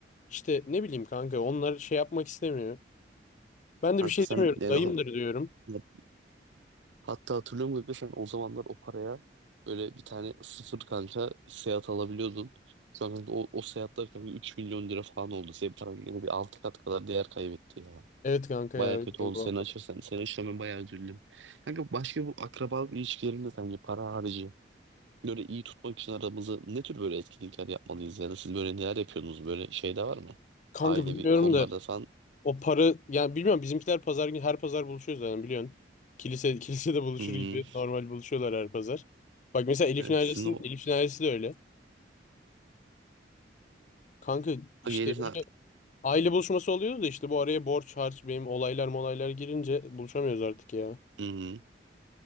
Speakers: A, on the left; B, on the right.
A: işte ne bileyim kanka onlar şey yapmak istemiyor. Ben de
B: kanka
A: bir şey
B: sen
A: demiyorum.
B: yani
A: Dayımdır
B: ha-
A: diyorum.
B: ya- hatta hatırlıyorum gibi sen o zamanlar o paraya böyle bir tane sıfır kanka Seat alabiliyordun. Sonra kanka o, o Seat'lar kanka 3 milyon lira falan oldu. Senin paran yine bir 6 kat kadar değer kaybetti ya.
A: Evet kanka
B: Baya
A: ya öyle
B: kötü
A: oldu
B: oldu seni
A: valla.
B: açırsan. Seni açırsam ben bayağı üzüldüm. Kanka başka bu akrabalık ilişkilerinde sence para harici böyle iyi tutmak için aramızı ne tür böyle etkinlikler yapmalıyız ya da siz böyle neler yapıyorsunuz böyle şey de var mı?
A: Kanka
B: Ailevi
A: bilmiyorum
B: konularda
A: da
B: falan.
A: o para yani bilmiyorum bizimkiler pazar günü her pazar buluşuyoruz zaten biliyorsun. Kilise <laughs> kilisede buluşur
B: Hmm,
A: gibi normal buluşuyorlar her pazar. Bak mesela Elif'in
B: evet,
A: ailesinin
B: sizin o
A: Elif'in ailesi de öyle. Kanka işte
B: Hani herifin
A: böyle aile buluşması oluyordu da işte bu araya borç harç benim olaylar molaylar girince buluşamıyoruz artık ya.
B: Hmm.